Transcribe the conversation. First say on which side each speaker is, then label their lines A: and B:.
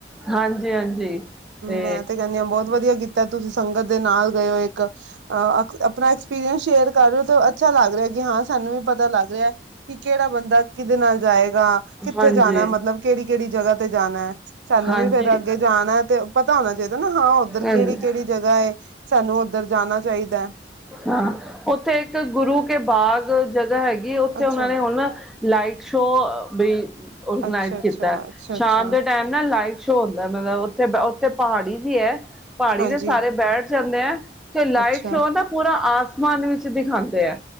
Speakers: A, in the centre; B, on the right.
A: ਹਾਂਜੀ, ਹਾਂਜੀ, ਤੇ
B: ਮੈਂ ਕਹਿੰਦੀ ਹਾਂ ਬਹੁਤ ਵਧੀਆ ਕੀਤਾ ਤੁਸੀਂ ਸੰਗਤ ਦੇ ਨਾਲ ਗਏ ਹੋ ਇੱਕ, ਅ ਆਪਣਾ ਐਕਸਪੀਰੀਅੰਸ ਸ਼ੇਅਰ ਕਰ ਰਹੇ ਹੋ ਤਾਂ ਅੱਛਾ ਲੱਗ ਰਿਹਾ। ਹਾਂ, ਸਾਨੂੰ ਵੀ ਪਤਾ ਲੱਗ ਰਿਹਾ ਕਿ ਕਿਹੜਾ ਬੰਦਾ ਕਿਦੇ ਨਾਲ ਜਾਏ ਗਾ, ਕਿੱਥੇ
A: ਹਾਂਜੀ
B: ਜਾਣਾ ਮਤਲਬ ਕਿਹੜੀ ਕਿਹੜੀ ਜਗ੍ਹਾ ਤੇ ਜਾਣੈ, ਸਾਨੂੰ
A: ਹਾਂਜੀ
B: ਵੀ ਫੇਰ ਅੱਗੇ ਜਾਣੈ ਪਤਾ ਹੋਣਾ ਚਾਹੀਦਾ ਨਾ ਹਾਂ ਉੱਧਰ
A: ਹਾਂਜੀ
B: ਕਿਹੜੀ ਕਿਹੜੀ ਜਗ੍ਹਾ ਏ ਸਾਨੂੰ ਉੱਧਰ ਜਾਣਾ ਚਾਹੀਦੈ।
A: ਹਾਂ ਉੱਥੇ ਇੱਕ ਗੁਰੂ ਕੇ ਬਾਗ ਜਗ ਜ ਹੈਗੀ ਉੱਥੇ
B: ਅੱਛਾ
A: ਉਹਨਾਂ ਨੇ ਹੁਣ ਨਾ ਲਾਈਟ ਸ਼ੋ ਵੀ ਔਰਗਨਾਈਜ਼
B: ਅੱਛਾ ਅੱਛਾ
A: ਕੀਤਾ
B: ਅੱਛਾ
A: ਸ਼ਾਮ
B: ਅੱਛਾ
A: ਦੇ ਟਾਈਮ ਨਾ ਲਾਈਟ ਛੋਂ ਹੁੰਦਾ ਮਤਲਬ ਉੱਥੇ ਉੱਥੇ ਪਹਾੜੀ ਜੀ ਹੈ। ਪਹਾੜੀ
B: ਹਾਂਜੀ
A: ਦੇ ਸਾਰੇ ਬੈਠ ਜਾਂਣੈ ਏ, ਤੇ ਲਾਈਟ
B: ਅੱਛਾ
A: ਸ਼ੋ ਨਾ ਪੂਰਾ ਆਸਮਾਨ ਵਿੱਚ ਦਿਖਾਂਦੇ ਐ।